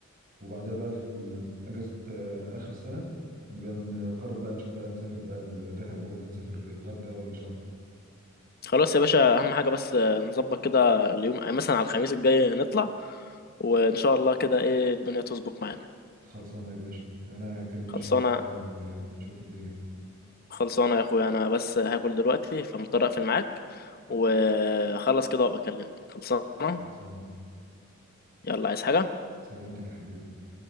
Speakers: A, on the right; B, on the left.
A: وبعدها بقى في ال- اجازه آه، اخر السنه نبقى نقرر بقى نشوف بقى نسافر بقى الدهب ولا هنسافر الغردقه ولا شرم
B: خلاص يا باشا اهم حاجه بس آه، نظبط كده اليوم مثلا على الخميس الجاي نطلع وان شاء الله كده ايه الدنيا تظبط معانا
A: خلصانه يا باشا انا اكلم
B: خلصانه
A: الشباب كلهم، آه، نشوف الدنيا
B: خلصانة يا اخويا انا بس هاكل دلوقتي فمضطر اقفل معاك وخلص كده وابقى اكلمك خلصانة
A: خلصانه
B: يلا عايز حاجة
A: سلامتك يا حبيبي